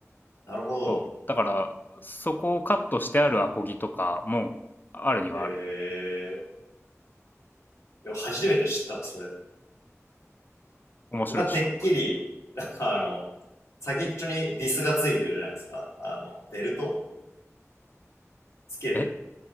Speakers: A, on the left; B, on the left.
A: なるほど。
B: そう。だから、そこをカットしてあるアコギとかも、あるにはあるよ。
A: えー、いや初めて知ったわ、それ。
B: 面白いっしょ。
A: 僕はてっきり、なんかあの、先っちょにビスがついてるじゃないですか。あの、ベルトつける。
B: え